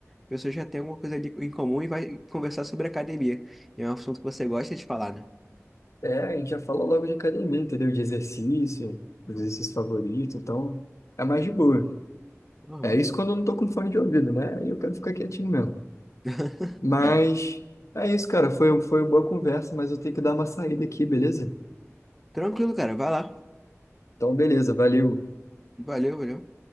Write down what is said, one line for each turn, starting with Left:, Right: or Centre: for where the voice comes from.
Centre: pessoa já tem alguma coisa ali em comum e vai conversar sobre academia. E é um assunto que você gosta de falar, né?
Left: É, a gente já fala logo de academia, entendeu? De exercício, dos exercícios favoritos, então é mais de boa.
Centre: Aham.
Left: É isso quando eu não tô com fone de ouvido, né? Aí eu quero ficar quietinho mesmo.
Centre: <laughs>
Left: Mas
Centre: É.
Left: é isso, cara. Foi, foi uma boa conversa, mas eu tenho que dar uma saída aqui, beleza?
Centre: Tranquilo, cara. Vai lá.
Left: Então, beleza, valeu.
Centre: Valeu, valeu.